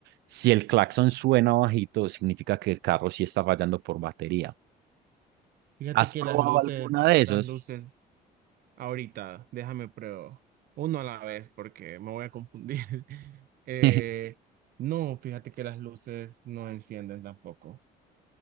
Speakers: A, on the right; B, on the right.
A: Si el claxon suena bajito, significa que el carro sí está fallando por batería.
B: Fíjate
A: ¿Has
B: que
A: probado
B: las luces,
A: alguna de esos?
B: las luces Ahorita, déjame pruebo uno a la vez porque me voy a confundir. <laughs> Eh,
A: <laughs>
B: no, fíjate que las luces no encienden tampoco.